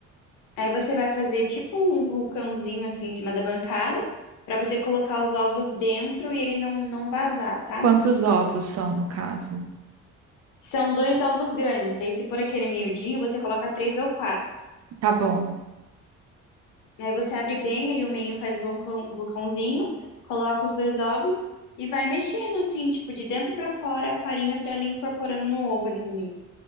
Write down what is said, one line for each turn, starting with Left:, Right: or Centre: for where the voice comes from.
Left: Aí você vai fazer tipo um vulcãozinho assim em cima da bancada, pra você colocar os ovos dentro e ele não, não vazar, sabe?
Right: Quantos ovos são, no caso?
Left: São dois ovos grandes, daí se for aquele miudinho, você coloca três ou quatro.
Right: Tá bom.
Left: Aí você abre bem ele, o meio faz o vulcão, o vulcãozinho, coloca os dois ovos e vai mexendo assim, tipo de dentro pra fora a farinha pra ela ir incorporando no ovo ali no meio.